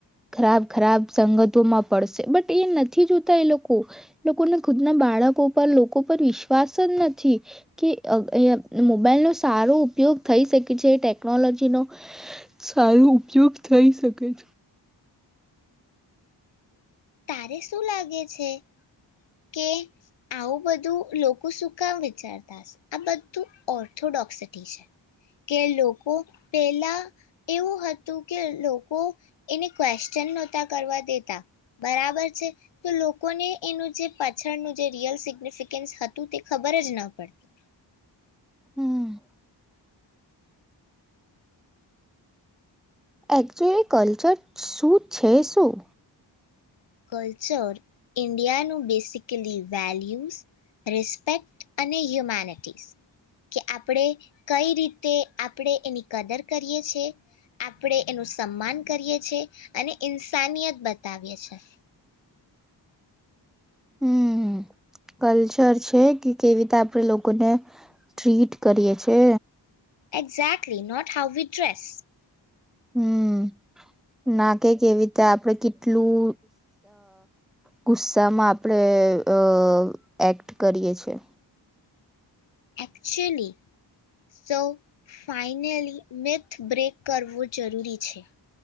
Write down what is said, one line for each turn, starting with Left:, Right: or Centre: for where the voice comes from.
Centre: ખરાબ ખરાબ સંગતોમાં પડશે બટ એ નથી જોતા એ લોકો. લોકોને ખુદના બાળકો પર લોકો પર વિશ્વાસજ નથી કે અયા મોબાઇલ નો સારો ઉપયોગ થઈ શકે છે ટેક્નોલોજીનો સારો ઉપયોગ થઈ શકે છે.
Left: તારે શું લાગે છે કે આવું બધું લોકો શું કામ વિચારતા આ બધું ઓર્થોડોક્સિટી છે કે લોકો પેલા એવું હતું કે લોકો એને ક્વેશ્ચન નહોતા કરવા દેતા. બરાબર છે તો લોકોને એનું જે પાછળનું જે રિયલ સિગ્નિફિકન્સ હતું તે ખબર જ ન પડતી.
Centre: હમ એકચ્યુઅલી કલ્ચર શું છે શું?
Left: કલ્ચર ઇન્ડિયાનું બેસિકલી વેલ્યુઝ રિસ્પેક્ટ અને હ્યુમેનિટીઝ કે આપણે કઈ રીતે આપણે એની કદર કરીએ છેએ આપણે એનું સન્માન કરીએ છ છેએ અને ઇન્સાનિયત બતાવીએ છી.
Centre: હમ કલ્ચર છે કે કેવી રીતે આપણેે લોકોને ટ્રીટ કરીએ છે.
Left: Exactly not how we dress
Centre: hmm ના કે કેવી રીતે આપણે કેટલું ગુસ્સામાં આપણેે અ એક્ટ કરીએ છીએ.
Left: એકચુલી સૌ ફઇનલી મિથ બ્રેક કરવો જરૂરી છે.